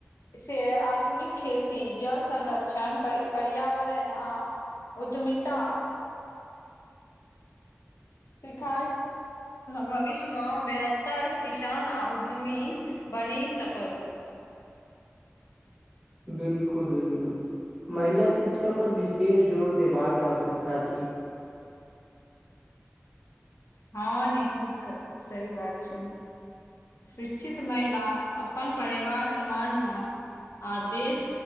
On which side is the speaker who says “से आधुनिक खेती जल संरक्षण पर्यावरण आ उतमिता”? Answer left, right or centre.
Left